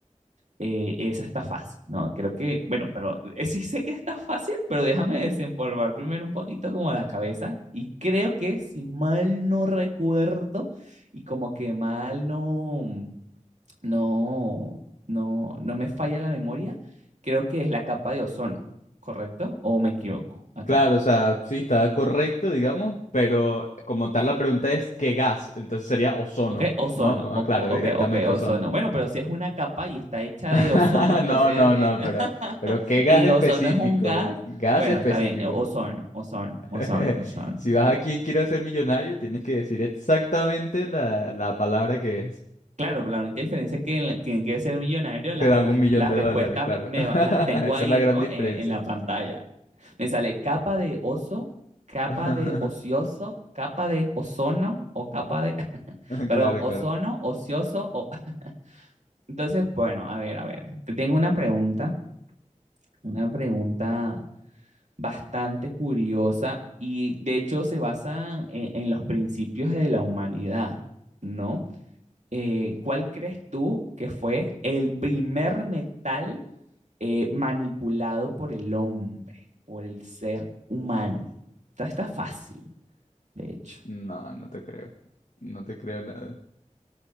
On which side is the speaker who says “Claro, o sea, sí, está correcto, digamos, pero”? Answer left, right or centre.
Left